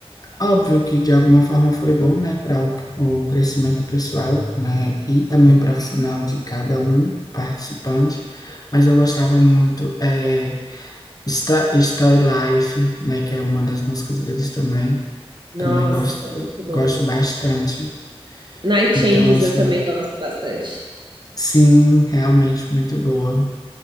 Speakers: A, on the left; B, on the right.
A: óbvio que de alguma forma foi bom, né, para o, o crescimento pessoal, né, e também profissional de cada um participante, mas eu gostava muito. É, Sto- Story Life, né, que é uma das músicas deles também,
B: Nossa,
A: também gosto,
B: é muito
A: gosto
B: bom.
A: bastante.
B: Night
A: Então,
B: Changes
A: assim,
B: eu também gosto bastante.
A: sim, realmente muito boa.